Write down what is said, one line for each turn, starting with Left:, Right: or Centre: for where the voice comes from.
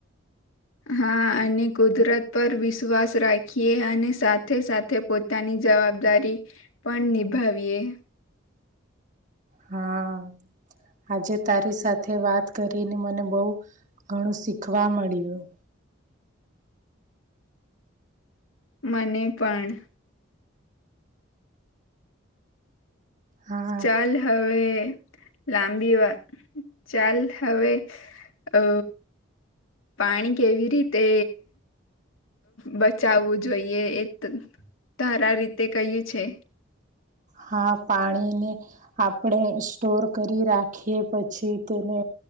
Left: હા અને કુદરત પર વિશ્વાસ રાખીએ અને સાથે સાથે પોતાની જવાબદારી પણ નિભાવીએ
Right: <unintelligible> હા આજે તારી સાથે વાત કરીને મને બહુ ઘણું શીખવા મળ્યું
Left: મને પણ
Right: હા,
Left: ચાલ હવે લાંબી વાત ચાલ હવે અ પાણી કેવી રીતે બચાવવું જોઈએ એ ધારા રીતે કહ્યું છે
Right: હા પાણીને આપણેે સ્ટોર કરી રાખીએ પછી તેને